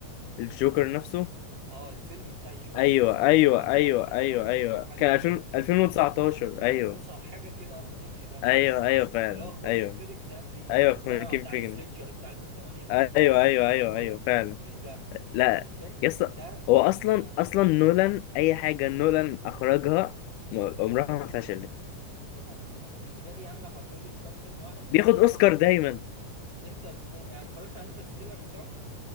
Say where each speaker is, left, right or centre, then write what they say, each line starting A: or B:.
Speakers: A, on the left; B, on the right.
A: الجوكر نفسه
B: اه الفيلم بتاع الجوكر
A: ايوه
B: نفسه اللي
A: ايوه
B: اتعمل مش
A: ايوه
B: عارف في 2021
A: ايوه ايوه
B: او حاجه
A: كان
B: زي كده
A: 2000 2019 ايوه
B: 2000 صح حاجه كده اه في الرينج ده
A: ايوه
B: تمام
A: ايوه فعلا
B: اللي هو خواكين
A: ايوه
B: فينيكس قام بيه
A: ايوه
B: مش بتكلم على
A: كيم
B: بتاع
A: فيجن
B: سليدجر بتاع 2008 اللي
A: ايوه
B: بتاع كريستوفر
A: ايوه ايوه
B: نولان
A: ايوه فعلا
B: مش ده
A: لا
B: انا بالنسبه لي
A: يس
B: ده
A: هو اصلا
B: اه
A: اصلا نولان اي حاجه نولان اخرجها م- عمرها ما فشلت
B: ده حقيقي انا بالنسبه لي يعني لو هتقول لي اختار فيلم واحد
A: بياخد اوسكار
B: تقعد فر...
A: دايما
B: انتر آه، يعني اتفرجت على انترستيلر بتاعه